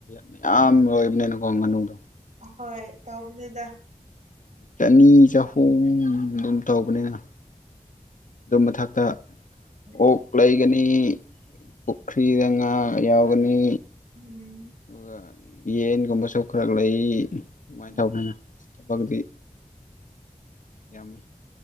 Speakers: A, on the left; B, on the right.
A: ꯃꯌꯥꯝ ꯂꯣꯏꯕꯅꯦꯅꯀꯣ ꯃꯅꯨꯡꯗꯣ
B: ꯍꯣꯏ ꯇꯧꯕꯅ‌ꯦꯗ
A: ꯆꯅꯤ ꯆꯍꯨꯝ ꯑꯗꯨꯝ ꯇꯧꯕꯅꯤꯅ ꯑꯗꯨ ꯃꯊꯛꯇ
B: ꯎꯝ
A: ꯑꯣꯛ ꯂꯩꯒꯅꯤ ꯄꯨꯈ꯭ꯔꯤꯗ ꯉꯥ ꯌꯥꯎꯒꯅꯤ꯫
B: ꯎꯝ
A: ꯑꯗꯨꯒ ꯌꯦꯟꯒꯨꯝꯕꯁꯨ ꯈꯔ ꯂꯩ ꯑꯗꯨꯃꯥꯏꯅ
B: ꯎꯝ
A: ꯇꯧꯗꯅ ꯊꯕꯛꯇꯗꯤ ꯌꯥꯝꯃꯤ꯫